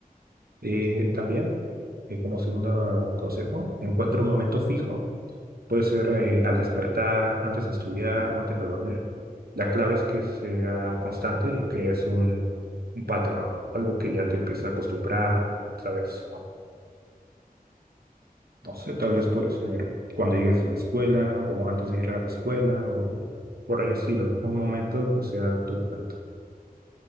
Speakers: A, on the right; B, on the left.
A: Y también, eh, como segundo consejo, encuentra un momento fijo. Puede ser eh, al despertar, antes de estudiar o antes de dormir. La clave es que sea constante y crees un, un patrón, algo que ya te empieza a acostumbrar, ¿sabes? No sé, tal
B: Sí,
A: vez
B: sí, claro.
A: puede ser cuando llegues de la escuela o antes de ir a la escuela o por el estilo. Un momento que sea tu momento.